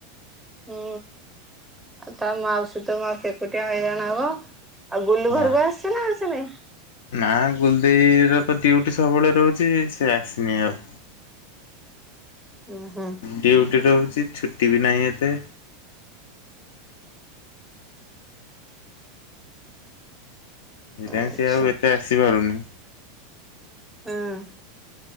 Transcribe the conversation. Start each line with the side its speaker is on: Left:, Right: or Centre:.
Centre: ହୁଁ ଆଉ ତା ମାଉସୀ ତ ମାଉ ସେକୁଟିଆ ହଇରାଣ ହବ। ଆଉ ଗୁଲୁ ଘରକୁ
Left: ହଁ।
Centre: ଆସିଛି ନା ଆସିନି?
Left: ନା ଗୁଲଦେଇ ର ତ ଡିୟୁଟି ସବୁବେଳେ ରହୁଛି ସେ ଆସିନି ଆଉ।
Centre: ହୁଁ ହୁଁ
Left: ଡିୟୁଟି ରଉଛି ଛୁଟି ବି ନାହିଁ ଏତେ। ଏଟାଇ
Centre: ଆଚ୍ଛା
Left: ସେ ଆଉ ଏତେ ଆସିପାରୁନି।
Centre: ହଁ।